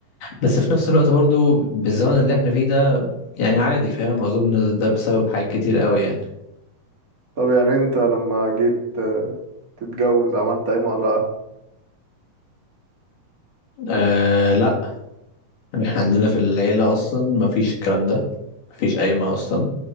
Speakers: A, on the left; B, on the right.
A: بس في نفس الوقت برضو بالزمن اللي احنا فيه ده يعني عادي فاهم اظن ده بسبب حاجات كتير قوي يعني
B: طب يعني انت لما جيت آه، تتجوز عملت قايمة ولا
A: آه لا احنا عندنا في العيلة اصلا ما فيش الكلام ده ما فيش قايمة اصلا